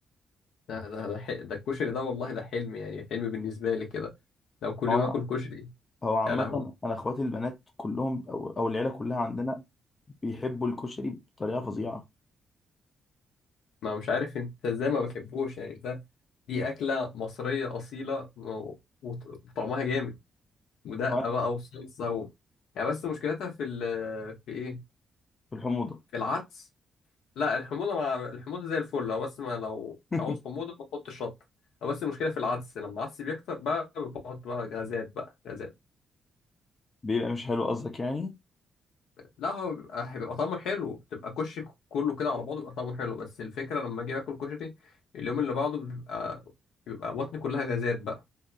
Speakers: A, on the left; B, on the left.
A: ده ده ده, ح... ده الكشري ده والله ده حلم يعني حلم بالنسبه لي كده لو كل
B: هو
A: يوم اكل كشري
B: هو عامه
A: يا لهوي
B: انا اخواتي البنات كلهم او او العيله كلها عندنا بيحبوا الكشري بطريقه فظيعه
A: ما مش عارف انت ازاي ما بتحبوش يعني ده دي أكلة مصرية أصيلة و- وط- وطعمها جامد ودقة
B: هو
A: بقى وصلصة و... يعني بس مشكلتها في ال في إيه؟
B: في الحموضه
A: في العدس لا الحموضة مع الحموضة زي الفل لو بس ما لو
B: <laughs>
A: مش عاوز حموضة ما تحطش شطة هو بس المشكلة في العدس لما العدس بيكتر بقى بحط بقى غازات بقى غازات
B: بيبقى مش حلو قصدك يعني
A: لا هو بيبقى هيبقى طعمه حلو تبقى كشك كله كده على بعضه بيبقى طعمه حلو بس الفكرة لما أجي آكل كشري اليوم اللي بعده بيبقى بيبقى بطني كلها غازات بقى